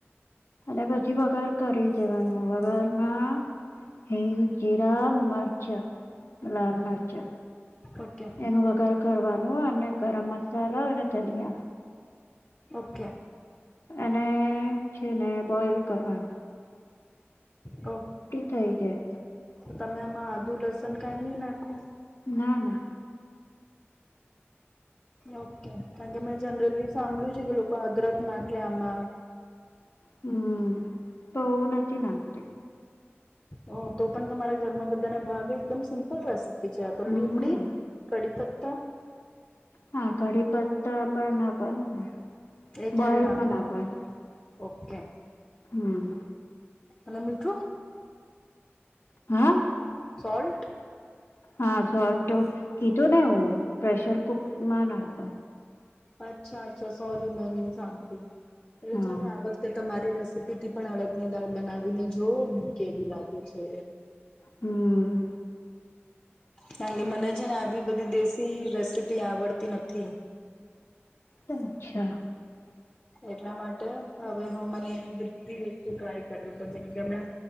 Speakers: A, on the left; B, on the left.
A: અને પછી વગાર કરી દેવાનું વગારમાં હિંગ જીરા મરચા લાલ મરચા
B: ઓકે
A: એનું વગાર કરવાનું અને ગરમ સળો અને ધનિયા
B: ઓકે
A: અને છે ને બોઈલ કરવા
B: ઓ
A: થઈ જાય
B: તમે આમાં આદુ લસન કઈ નઈ નાખો
A: ના ના
B: ઓકે કારણ કે મે જનરલી સાંભળું છે કે લોકો અદરક નાખે આમાં
A: હમ્મ તો નથી નાખતી
B: ઓ તો પણ તમારા ઘરમાં બધાના ભાવે એકદમ સિમ્પલ રેસિપી પ છે તો
A: હમ
B: લીમડી કઢી પત્તા
A: હા કડી પત્તા પણ નાખ વા નુંને
B: એ
A: બોયલ
B: ક્યારે નાખવાનું
A: માં નાખ વાનું
B: ઓકે
A: હમ્મ
B: અને મીઠું
A: હા
B: સોલ્ટ
A: હા સોલ્ટ તો કીધું ને હુ પ્રેેશર કુકમાં ના ખાવા
B: અચ્છા અચ્છા સોરી મે નહીં સાંભળ્યું એટલે
A: હા
B: ચાલ આગળ તે તમારી રેસીપી થી પણ અડદ ને દાળ બનાવીને જોઓ કેવી લાગે છે
A: હમ્મ
B: કારણ કે મને છે ને આવી બધી દેશી રેસીપી આવડતી નથી
A: અચ્છા
B: એટલા માટે હવે હું મને એને બધી વસ્તુ ટ્રાય કર <unintelligible> જેમ કે